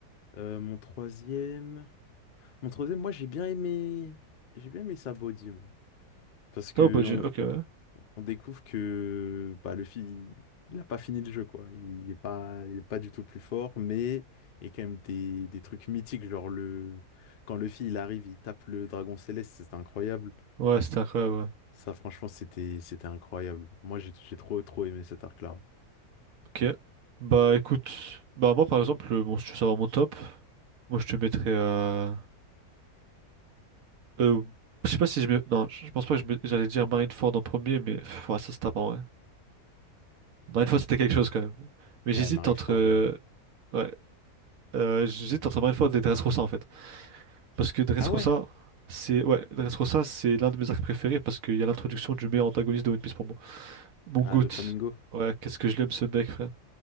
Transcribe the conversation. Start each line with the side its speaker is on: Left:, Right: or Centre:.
Left: Euh, mon troisième, mon troisième, moi j'ai bien aimé, j'ai bien aimé Sabody, moi, parce que
Right: Ah, Obadiah,
Left: on,
Right: ok, ouais.
Left: on découvre que bah, le fil, il n'a pas fini le jeu, quoi. Il n'est pas, il est pas du tout le plus fort, mais il y a quand même des, des trucs mythiques, genre le, quand le fil il arrive, il tape le dragon céleste, c'est incroyable.
Right: Ouais, c'était incroyable, ouais.
Left: Ça, franchement, c'était c'était incroyable. Moi, j'ai j'ai trop trop aimé cet arc-là.
Right: Ok. Bah, écoute. Bah, moi, par exemple, euh, bon, si tu veux savoir mon top, moi, je te mettrais. Euh... euh, je sais pas si je mets. Non, je je pense pas que je mets- j'allais dire Marineford en premier, mais. pff, ouais, ça, c'est tapant, ouais. Marineford, c'était quelque chose quand même. Mais j'hésite
Left: Ouais, Marie
Right: entre.
Left: Ford.
Right: euh,
Left: euh.
Right: Ouais. Euh, j'hésite entre Marineford et Dressrosa, en fait. Parce que Dressrosa,
Left: Ah ouais,
Right: c'est. Ouais, Dressrosa, c'est l'un de mes arcs préférés parce qu'il y a l'introduction du meilleur antagoniste de One Piece pour moi. Mon
Left: ah,
Right: goutte.
Left: de Flamingo.
Right: Ouais, qu'est-ce que je l'aime ce mec, frère.